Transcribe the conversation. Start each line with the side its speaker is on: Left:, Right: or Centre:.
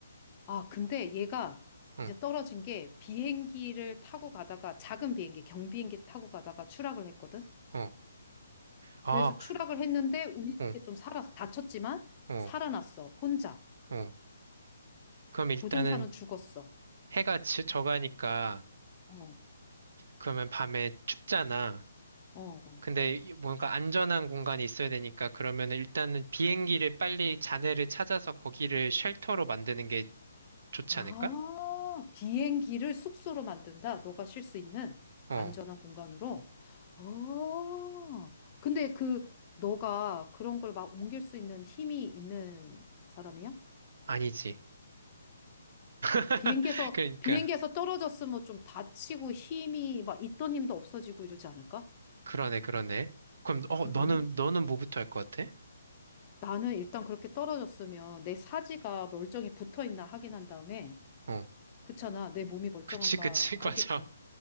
Left: 아, 근데 얘가
Right: 어,
Left: 이제 떨어진 게 비행기를 타고 가다가 작은 비행기, 경비행기를 타고 가다가 추락을 했거든?
Right: 어. 아,
Left: 그래서 추락을 했는데 운이 좋게
Right: 어,
Left: 좀 살았어. 다쳤지만
Right: 어,
Left: 살아났어. 혼자.
Right: 어. 그럼 일단은
Left: 조종사는 죽었어.
Right: 해가 지, 저가니까,
Left: 어,
Right: 그러면 밤에 춥잖아.
Left: 어.
Right: 근데 이- 뭔가 안전한 공간이 있어야 되니까, 그러면 일단은 비행기를 빨리 잔해를 찾아서 거기를 쉘터로 만드는 게 좋지
Left: 아,
Right: 않을까?
Left: 비행기를 숙소로 만든다. 너가 쉴 수 있는
Right: 어,
Left: 안전한 공간으로. 어. 근데 그 너가 그런 걸 막 옮길 수 있는 힘이 있는 사람이야?
Right: 아니지. <laughs>
Left: 비행기에서
Right: 그러니까
Left: 비행기에서 떨어졌으면 좀 다치고 힘이 막 있던 힘도 없어지고 이러지 않을까?
Right: 그러네 그러네. 그럼 어
Left: 음.
Right: 너는 너는 뭐부터 할 것 같아?
Left: 나는 일단 그렇게 떨어졌으면 내 사지가 멀쩡히 붙어 있나 확인한 다음에
Right: 어
Left: 그렇잖아. 내 몸이 멀쩡한가
Right: 그치 그치
Left: 하게
Right: <laughs> 맞아.
Left: 어,